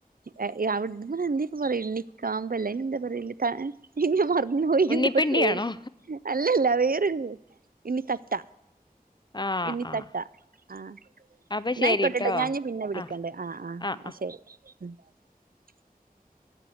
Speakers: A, on the right (about 70°); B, on the left (about 30°).
A: ഏയ്, ഏയ് അവിടുത്തര് എന്തിര് പറയിണ്ണി കാമ്പല്ലേ എന്താ പറയില് ക എഹ്. ഇനി അ, മറന്നുപോയി
B: ഉണ്ണിപ്പിണ്ടിയാണോ
A: എന്തോരു പേര്. അല്ലല്ല വേറെ ഇനി തട്ട
B: ആഹ്
A: ഇണി
B: ആഹ്
A: തട്ട ആ.
B: അപ്പൊ
A: ഇന്നായിക്കോട്ടെട്ടോ,
B: ശരിട്ടോ
A: ഞാന് പിന്നെ വിളിക്കണ്ട്
B: ആഹ്
A: ആ, ആ,
B: ആഹ് ആഹ്
A: ശരി. <inaudible>